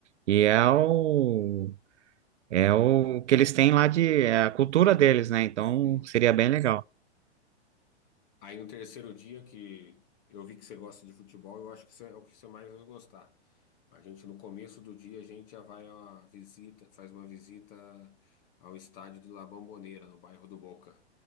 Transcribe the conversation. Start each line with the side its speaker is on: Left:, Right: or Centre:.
Right: E é o É o que eles têm lá de, é a cultura deles, né? Então
Left: Sim.
Right: seria bem legal.
Left: Aí no terceiro dia que eu vi que você gosta de futebol, eu acho que isso é é o que você mais vai gostar. A gente no começo do dia a gente já vai a uma visita, faz uma visita ao estádio de La Bombonera, no bairro do Boca.